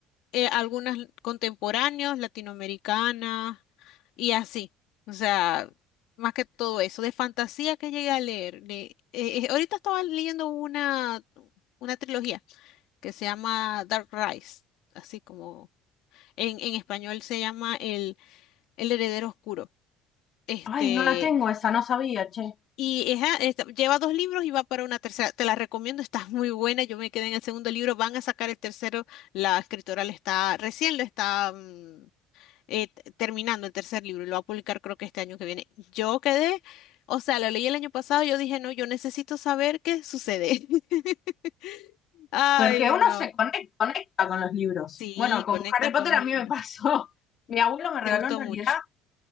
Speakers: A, on the left; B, on the left.
A: eh, algunas contemporáneos, latinoamericanas y así. O sea, más que todo eso, de fantasía que llegué a leer. le- eh, eh, ahorita estaba leyendo una, una trilogía que se llama Dark Rise, así como en, en español se llama El, El Heredero Oscuro. Este,
B: Ay, no la tengo esa, no sabía, che.
A: y ella, esta- lleva dos libros y va para una tercera. Te la recomiendo, está muy buena. Yo me quedé en el segundo libro, van a sacar el tercero. La escritora le está, recién lo está mm, eh, t- terminando el tercer libro y lo va a publicar creo que este año que viene. Yo quedé, o sea, lo leí el año pasado, yo dije, no, yo necesito saber qué sucede. <laughs> Ay,
B: Porque uno
A: no.
B: se conec- conecta, con los libros.
A: Sí,
B: Bueno, con
A: conectas
B: Harry Potter
A: con los
B: a
A: libros.
B: mí me pasó. <laughs> Mi abuelo me regaló
A: Te gustó
B: en realidad,
A: mucho.